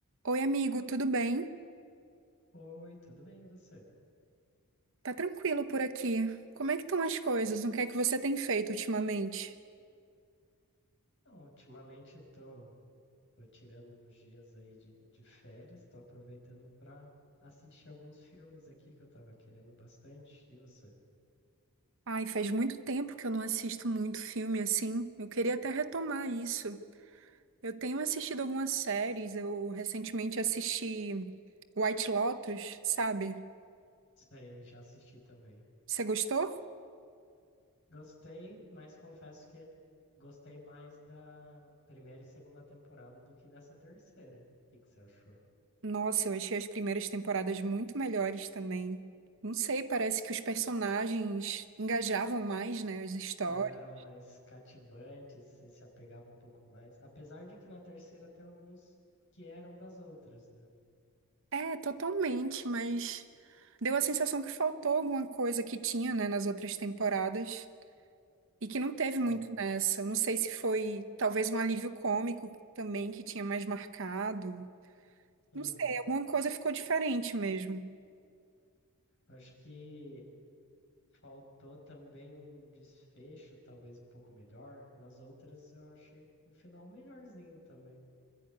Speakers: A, on the right (about 60°); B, on the left (about 55°).
A: Oi, amigo, tudo bem?
B: Oi, tudo bem e você?
A: Tá tranquilo por aqui. Como é que estão as coisas? O que é que você tem feito ultimamente?
B: Não, ultimamente tô, tô tirando uns dias aí de, de férias, tô aproveitando pra assistir alguns filmes aqui que eu tava querendo bastante. E você?
A: Ai, faz muito tempo que eu não assisto muito filme assim. Eu queria até retomar isso. Eu tenho assistido algumas séries. Eu recentemente assisti White Lotus, sabe?
B: Sei, já assisti também.
A: Você gostou?
B: Gostei, mas confesso que gostei mais da primeira e segunda temporada do que dessa terceira. O que que você achou?
A: Nossa, eu achei as primeiras temporadas muito melhores também. Não sei, parece que os personagens engajavam mais, né, as histórias.
B: Não eram mais cativantes, você se apegava um pouco mais. Apesar de que na terceira tem alguns que eram das outras, né?
A: É, totalmente, mas deu a sensação que faltou alguma coisa que tinha, né, nas outras temporadas e que não teve
B: Sim.
A: muito nessa. Não sei se foi talvez um alívio cômico também que tinha mais marcado.
B: Uhum.
A: Não sei, alguma coisa ficou diferente mesmo.
B: Acho que faltou também um desfecho, talvez um pouco melhor. Nas outras, eu achei o final melhorzinho também.